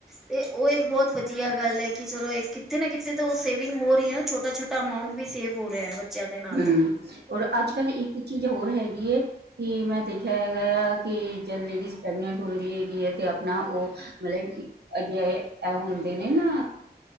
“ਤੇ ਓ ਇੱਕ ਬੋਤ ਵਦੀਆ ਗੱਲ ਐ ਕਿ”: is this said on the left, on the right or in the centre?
Centre